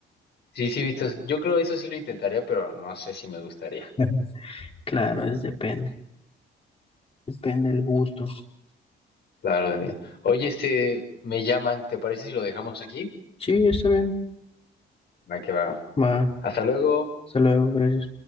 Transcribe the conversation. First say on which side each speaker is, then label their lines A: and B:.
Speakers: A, on the left; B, on the left.
A: Sí, sí, Vistos. Yo creo eso sí lo intentaría, pero no sé si me gustaría.
B: <laughs> Claro, es depende. Depende el gusto.
A: Claro, Daniel. Oye, este, me llaman, ¿te parece si lo dejamos aquí?
B: Sí, está bien.
A: Va que va.
B: Va.
A: Hasta luego.
B: Hasta luego, gracias.